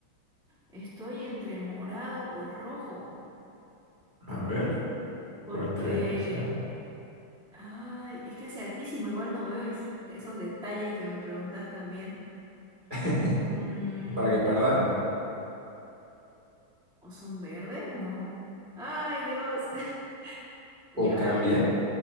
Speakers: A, in the centre; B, on the right.
A: Estoy entre morado o rojo,
B: A ver,
A: porque,
B: ¿cuál crees que sea?
A: ay, es que hace altísimo, igual no veo es- esos detalles que me preguntas también.
B: <laughs>
A: Mm,
B: Es para que perdas, ¿no?
A: ¿o son verdes? No. Ay, Dios. <laughs>
B: O
A: Ya
B: cambian,
A: me...